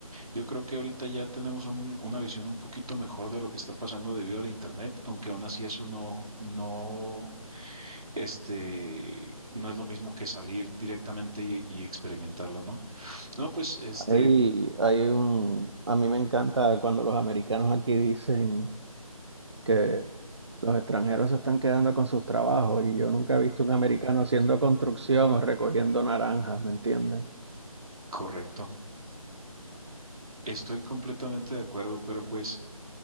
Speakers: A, on the right; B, on the right.
A: Yo creo que ahorita ya tenemos un- una visión un poquito mejor de lo que está pasando debido al internet, aunque aún así eso no, no, este, no es lo mismo que salir directamente y, y experimentarlo, ¿no? No, pues, este,
B: Hay, hay un, a mí me encanta cuando los americanos aquí dicen que los extranjeros se están quedando con sus trabajos y yo nunca he visto un americano haciendo construcción o recogiendo naranjas, ¿me entienden?
A: correcto. Estoy completamente de acuerdo, pero pues